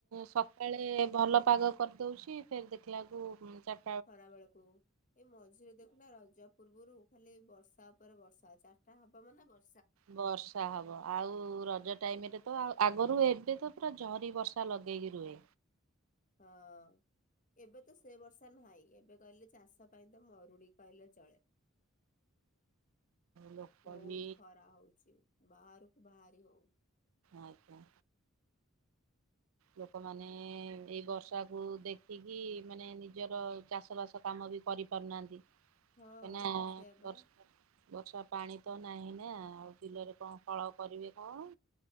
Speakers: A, on the right (about 85°); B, on the left (about 40°).
A: ସକାଳେ ଭଲ ପାଗ କରିଦଉଛି ଫେର ଦେଖିଲାକୁ ଚା
B: ଖରା ବେଳକୁ ଏଇ ମଝିରେ ଦେଖୁନା ରଜ ପୂର୍ବରୁ ଖାଲି ବର୍ଷା ଉପରେ ବର୍ଷା ଚାରିଟା ହବ ମାନେ ବ
A: ବର୍ଷ ସା ହବ ଆଉ ରଜ ଟାଇମ ରେ ତ ଆଗରୁ ଏବେ ତ ପୁରା ଝରି ବର୍ଷା ଲଗେଇକି ରୁହେ।
B: <inaudible> ହଁ ଏବେ ତ ସେ ବର୍ଷା ନାହିଁ ଏବେ କହିଲେ ଚାଷ ପାଇଁ ତ ମରୁଡିି। କହିଲେ ଚଳେ
A: ଲୋକ
B: ବହୁତ
A: ବି
B: ଖରା ହଉଛି। ବାହାରକୁ ବାହାରି ହଉନି।
A: ଆଜ୍ଞା।
B: <inaudible>
A: ଲୋକମାନେ ଏଇ ବର୍ଷାକୁୁ ଦେଖିକି ମାନେ ନିଜର ଚାଷ ବାସ କାମ ବି କରିପାରୁନାହାନ୍ତି କାହିଁ
B: ହଁ
A: ନା
B: ସେୟା ବା
A: ଵର୍ଷା ବର୍ଷା ପାଣି ତ ନାହିଁ ନା ଆଉ ବିଲରେ କଣ ଫଳ କରିବେ କଣ?